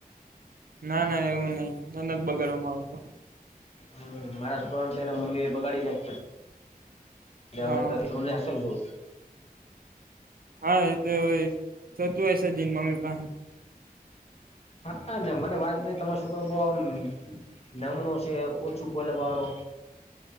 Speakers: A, on the right; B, on the left.
A: ના ના એવું નહી, મન જ બગાડવામાં આવતો
B: હમ, મારા છોકરાને, તો એના મમ્મી એ બગાડી નાખ એટલે
A: હા
B: હવે, ત તુ ના શકજો
A: હા, એ તો હોય, સચવાય છે. જ એન મમ્મી પાહે.
B: હા, મને વાત મળી તમારો સોકરો બઉ આમ નમણો છે. ઓછું બોલે વારો.